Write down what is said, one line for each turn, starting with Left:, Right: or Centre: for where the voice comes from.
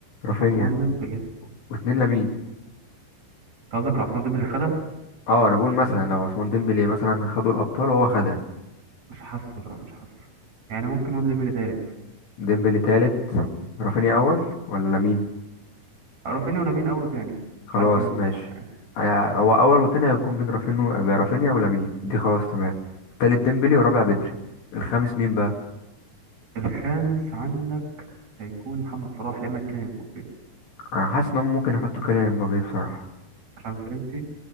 Left: رافينيا
Right: عثمان ديمبلي أنت
Left: واتنين لمين
Right: قصدك على عثمان ديمبلي اللي خدها
Left: اه انا بقول مثلا لو عثمان ديمبلي مثلا خدوا الابطال وهو خدها
Right: مش حاسه لا مش حاسه يعني ممكن نقول ديمبلي تالت
Left: ديمبلي تالت رافينيا اول ولا لامين
Right: رافينيا ولا مين أول وتاني
Left: خلاص
Right: مش عارف مين بصراحة
Left: ماشي آه، هو اول وتاني هيكون بين رافينو رافينيا ولامين دي خلاص تمام تالت ديمبلي ورابع بدري الخامس مين بقى
Right: الخامس عندك هيكون محمد صلاح لا إما كيليان امبابي
Left: انا حاسس انهم ممكن يحطوا كيليان مبابي بصراحه
Right: عشان فرنسي